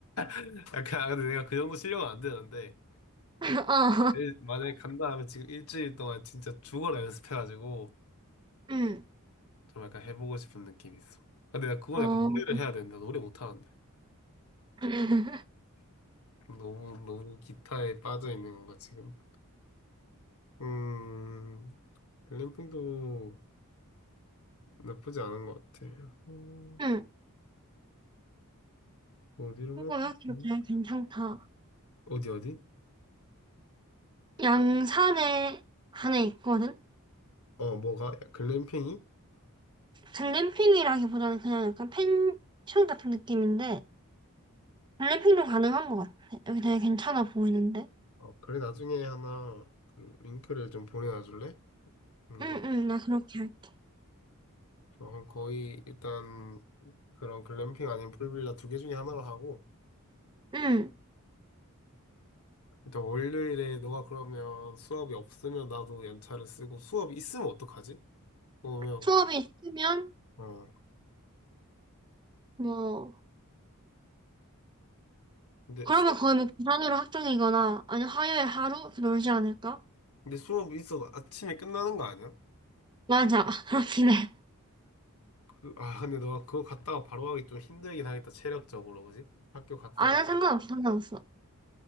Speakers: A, on the left (about 80°); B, on the right (about 20°).
A: <laughs> 약간, 아, 근데 내가 그 정도 실력은 안 되는데,
B: <laughs> 어,
A: 일- 만약에 간다 하면 지금 일주일 동안 진짜 죽어라 연습해가지고
B: 응,
A: 좀 약간 해보고 싶은 느낌이 있어. 근데 나 그건
B: 어,
A: 약간 노래를 해야 된다. 노래 못하는데.
B: <laughs>
A: 너무, 너무 기타에 빠져있는 건가, 지금? 음, 글램핑도 나쁘지 않은 것 같아. 어,
B: 응.
A: 어디로
B: 이거
A: 갈까?
B: 여기
A: 음,
B: 되게 괜찮다.
A: 어디, 어디?
B: 양산에 안에 있거든?
A: 어, 뭐가? 글램핑이?
B: 글램핑이라기보다는 그냥 약간 펜션 같은 느낌인데, 글램핑도 가능한 것 같아. 여기 되게 괜찮아 보이는데?
A: 어, 그래, 나중에 하나 그 링크를 좀 보내놔줄래? 뭔가.
B: 응, 응, 나 그렇게 할게.
A: 그럼 거의 일단 그런 글램핑 아니면 풀빌라 두 개 중에 하나로 하고
B: 응.
A: 일단 월요일에 너가 그러면 수업이 없으면 나도 연차를 쓰고 수업이 있으면 어떡하지? 그러면
B: 수업이 있으면,
A: 어
B: 뭐,
A: 근데
B: 그러면
A: 수업
B: 거의 뭐 부산으로 확정이거나 아니 화요일 하루 그러지 않을까?
A: 근데 수업이 있어도 아침에 끝나는 거 아니야?
B: 맞아 <laughs> 그렇긴 해.
A: 그, 아 근데 너가 그거 갔다가 바로 하기 좀 힘들긴 하겠다 체력적으로 그지? 학교 갔다가
B: 아는 상관없어 상관없어.